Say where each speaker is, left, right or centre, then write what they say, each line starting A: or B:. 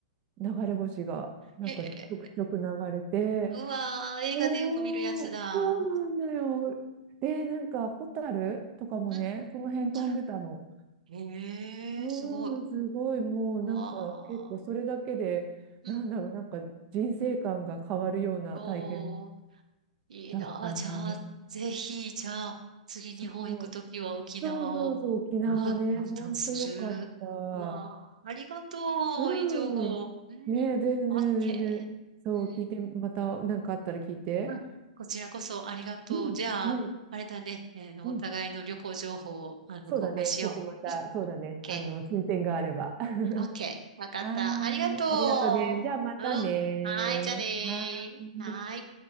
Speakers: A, on the right (about 30°); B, on the right (about 85°).
A: う流れ星が、なんかちょくちょく流れて、
B: へえ。うわー、映画でよく見るやつだ。
A: おー、そうなんだよ。で、なんか、ホタルとかもね、
B: うん。
A: その辺飛んでたの。
B: ある。へえ、
A: う
B: すごい。
A: ーん、すごい、もうなんか、
B: うわ
A: 結構それだけで、
B: ー。
A: なんだろう、
B: うん。
A: なんか人生観が変わるような体験
B: おー、いいな。
A: だったな。
B: あ、じゃあ、ぜひ、じゃあ、次日本行くときは沖縄をうん、
A: そう。そうそうそう、沖縄ね、
B: インスタンスする。
A: ほんとよかった。
B: うわあ、ありがとう。
A: うん。
B: いい情報。うん。
A: ねえ、全然、
B: オッケー。
A: 全然。そう、聞いて、
B: うん。
A: また、なんかあったら聞いて。
B: うん。こちらこそありがとう。
A: うん、
B: じゃあ、
A: うん、
B: あれだね。えーの、
A: うん。
B: お互いの旅行情報を、あの、
A: そうだね。
B: 交換しよう。
A: ちょっとまた、
B: うん。オッ
A: そうだね。
B: ケ
A: あの、進展があれば。<laughs>
B: ー、オッケーわかった。
A: は
B: ありがとう。
A: ーい。ありがとうね。じゃあまたね。
B: うん。はーい。じゃあねー。
A: はーい。
B: はーい。